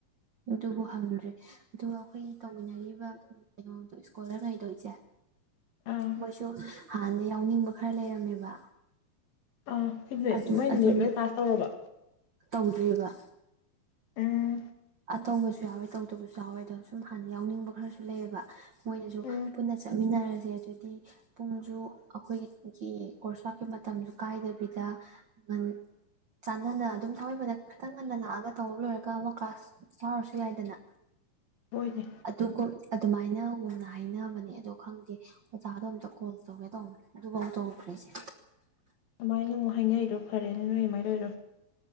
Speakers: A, on the right; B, on the left.
A: ꯑꯗꯨꯕꯨ ꯍꯪꯗ꯭ꯔꯦ ꯑꯗꯨꯒ ꯑꯩꯈꯣꯏꯒꯤ ꯇꯧꯃꯤꯟꯅꯔꯤꯕ ꯀꯩꯅꯣꯗꯣ ꯏꯁꯀꯣꯂꯔꯒꯩꯗꯣ ꯏꯆꯦ
B: ꯑꯥ
A: ꯃꯣꯏꯁꯨ ꯍꯥꯟꯅꯗꯩ ꯌꯥꯎꯅꯤꯡꯕ ꯈꯔ ꯂꯩꯔꯝꯃꯦꯕ
B: ꯑꯥ ꯐꯤꯠꯕꯦ
A: ꯑꯗꯨ
B: ꯅꯣꯏ
A: ꯑꯗꯨꯒꯤ
B: ꯅꯦꯠ ꯂꯣꯏ ꯄꯥꯁ ꯇꯧꯔꯕꯣ
A: ꯇꯧꯗ꯭ꯔꯤꯕ
B: ꯎꯝ
A: ꯇꯧꯕꯁꯨ ꯌꯥꯎꯋꯦ ꯇꯧꯗꯕꯁꯨ ꯌꯥꯎꯋꯦ ꯑꯗꯣ ꯁꯨꯝ ꯍꯥꯟꯅ ꯌꯥꯎꯅꯤꯡꯕ ꯈꯔꯁꯨ ꯂꯩꯌꯦꯕ ꯃꯣꯏꯅꯁꯨ
B: ꯎꯝ
A: ꯄꯨꯟꯅ ꯆꯠꯃꯤꯟꯅꯔꯁꯦ ꯑꯗꯨꯗꯤ ꯄꯨꯡꯁꯨ ꯑꯩꯈꯣꯏꯒꯤ ꯒ꯭ꯔꯨꯞꯀꯤ ꯀꯣꯔꯁ ꯂꯥꯛꯀꯤ ꯃꯇꯝꯁꯨ ꯀꯥꯏꯗꯕꯤꯗ ꯉꯟ ꯆꯥꯟꯅꯅ ꯑꯗꯨꯝ ꯊꯥꯡꯃꯩꯕꯟꯗ ꯈꯤꯇꯪ ꯉꯟꯅ ꯂꯥꯛꯑꯒ ꯇꯧꯔ ꯂꯣꯏꯔꯒ ꯑꯃ ꯀ꯭ꯂꯥꯁ ꯌꯥꯎꯔꯁꯨ ꯌꯥꯏꯗꯅ
B: ꯍꯣꯏꯅꯦ
A: ꯑꯗꯨꯀꯣ ꯑꯗꯨꯃꯥꯏ ꯍꯥꯏꯅꯒꯨꯝꯅ ꯍꯥꯏꯅꯕꯅꯦ ꯑꯗꯣ ꯈꯪꯗꯦ ꯑꯣꯖꯥꯗꯣ ꯑꯝꯇ ꯀꯣꯜ ꯇꯧꯒꯦ ꯇꯧꯕ ꯑꯗꯨꯐꯧ ꯇꯧꯗ꯭ꯔꯤꯁꯦ
B: ꯗꯨꯃꯥꯏꯅ ꯑꯃꯨꯛ ꯍꯥꯏꯅꯔꯤꯗꯣ ꯐꯔꯦꯅꯦ ꯅꯣꯏ ꯑꯗꯨꯃꯥꯏꯅ ꯇꯧꯔꯤꯗꯣ